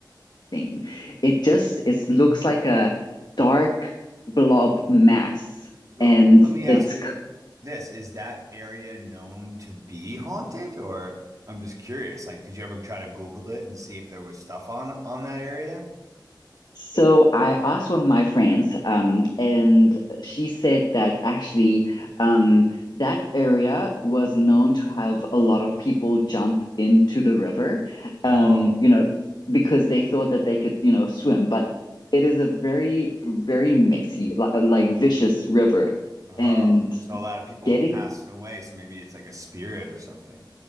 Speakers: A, on the left; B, on the right.
A: nothing. It just it looks like a dark blob mass,
B: L-
A: and
B: Let me ask
A: it's
B: you this. Is that area known to be haunted or I'm just curious. Like, did you ever try to Google it and see if there was stuff on on that area?
A: so. I asked one of my friends, um, and she said that actually, um, that area was known to have a lot of people jump into the river,
B: Oh,
A: um, you know, because they thought that they could, you know, swim, but. It is a very, very messy, li- like vicious river.
B: oh.
A: And
B: So a lot of people
A: getting
B: passed away, so maybe it's like a spirit or something.